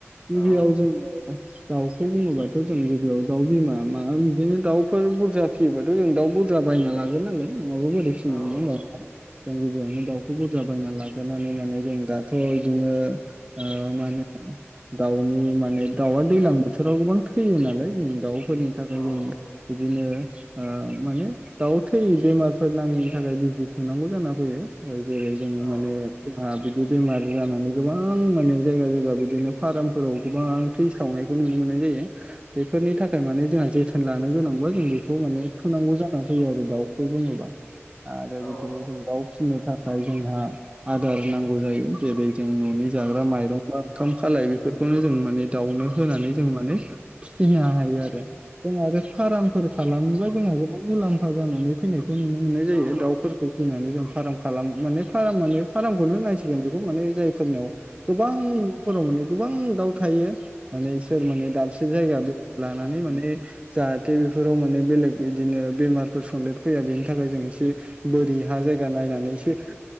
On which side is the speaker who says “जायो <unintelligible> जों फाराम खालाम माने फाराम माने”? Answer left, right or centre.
Right